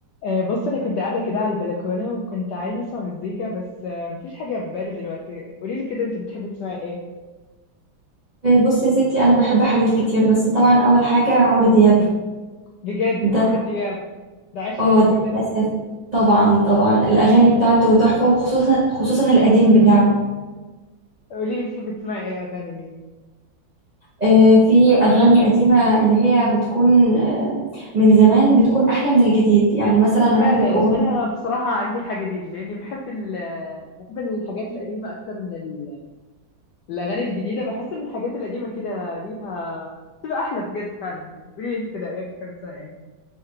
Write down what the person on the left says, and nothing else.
آه، بص انا كنت قاعده كده على البلكونه وكنت عايزه اسمع مزيكا بس آه، مفيش حاجه في بالي دلوقتي قولي لي كده انت بتحبي تسمعي ايه
بجد
عمرو دياب ده عشقنا
كلنا
قولي لي بتحبي تسمعي ايه اغاني ليه
فعلا
انا بصراحه عندي الحاجه دي لاني بحب ال- آه، بحب الحاجات القديمه اكتر من ال- الاغاني الجديده بحس ان الحاجات القديمه كده ليها بتبقى احلى بجد فعلا يعني قولي لي انت كده ايه بتحبي تسمعي ايه